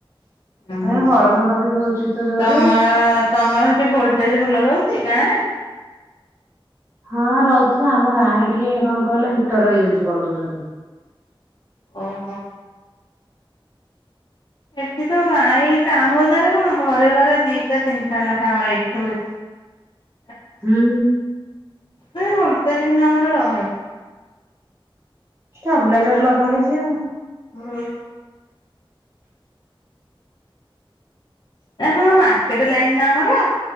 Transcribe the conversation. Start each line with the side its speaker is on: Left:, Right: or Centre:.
Left: ଓହୋ
Right: ଏ ଗରମ ଟା ବି ହଉଛି ତ ଜୋରରେ।
Left: ତମ ତମର ସେଠି ଭୋଲ ଟେଜ୍ ଭଲ ରହୁଛି ଗାଁ ରେ?
Right: ହଁ ରହୁଥିବ ଆମ ଗାଁରେ ଟିକେ କଣ କହିଲ ହିଟର ୟୁଜ୍ କରିଦଉଛନ୍ତି।
Left: ଓହୋ। ଏଠି ତ ଏଇ ଟାଉନ ବଜାରେ କଣ ଘରେ ଘରେ ଦିଟା ତିନିଟା ଲେଖାଏ ଆମର ଏଇଠି ସବୁ ଏସି। <inaudible>
Right: ହୁଁ।
Left: ନାଇଁ ଭୋଲ୍ଟେଜ କିନ୍ତୁ ଆମର ରହେ।
Right: ଷ୍ଟାବାଲାଇଜର ଲଗା ହେଇଚି ଆଉ।
Left: ହଁ। ନା କଣ ମାର୍କେଟ ଲାଇନ ନା ଆମର